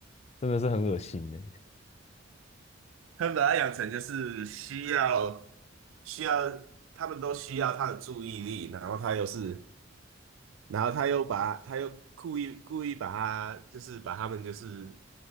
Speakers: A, on the left; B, on the right.
A: 真的是很恶心呢。
B: 他们把他养成就是需要需要，他们都需要他的注意力，然后他又是，然后他又把他又故意故意把他就是把他们就是